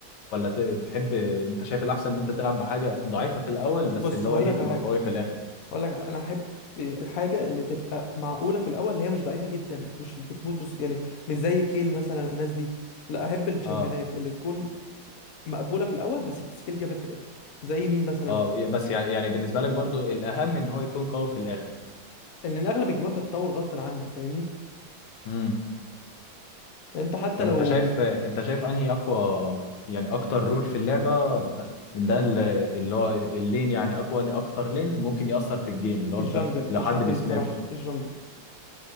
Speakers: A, on the left (about 85°); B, on the left (about 55°).
A: ولا ت- تحب انت شايف الاحسن ان انت تلعب بحاجه ضعيفه في الاول بس
B: بص
A: اللي
B: هقول
A: هو ايه
B: لك على
A: تبقى
B: حاجه
A: قويه في الاخر
B: اقول لك انا احب الحاجه اللي تبقى معقوله في الاول اللي هي مش ضعيفه جدا مش بتموت بص يعني مش زي كيل مثلا الناس دي لا احب الشامبيونات
A: اه
B: اللي تكون مقبوله في الاول بس بتسكيل جامد في الاخر زي مين مثلا
A: اه بس يع- يعني بالنسبه لك برضو الاهم ان هو يكون قوي في الاخر
B: لان اغلب الجيمات بتطول غصب عنك فاهمني
A: امم
B: يعني انت حتى
A: طب
B: لو
A: انت شايف انت شايف انهي اقوى يعني اكتر رول في اللعبه ده ال- اللي هو اللين يعني اقوى اكتر لين ممكن ياثر في الجيم اللي هو
B: الجنجل
A: انت لو
B: الجنجل
A: حد بيسميرف
B: بصراحه الجنجل